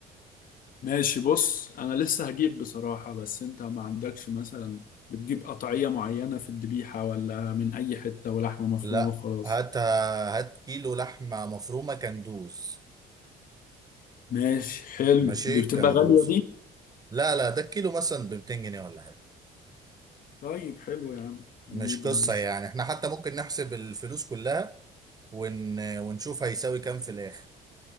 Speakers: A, on the left (about 55°); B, on the right (about 20°).
A: ماشي بص انا لسه هجيب بصراحة بس انت ما عندكش مثلا بتجيب قطعية معينة في الذبيحة ولا من اي حتة ولحمة مفرومة
B: لا
A: وخلاص
B: هات هات كيلو لحمه مفرومه كندوز
A: ماشي حلو
B: ماشي
A: دي بتبقى
B: كندوزه
A: غالية دي
B: لا لا ده الكيلو مثلا ب 200 جنيه ولا حاجه
A: طيب حلو يا عم نجيبه
B: مش قصه
A: ماشي
B: يعني احنا حتى ممكن نحسب الفلوس كلها ون... ونشوف هيساوي كام في الاخر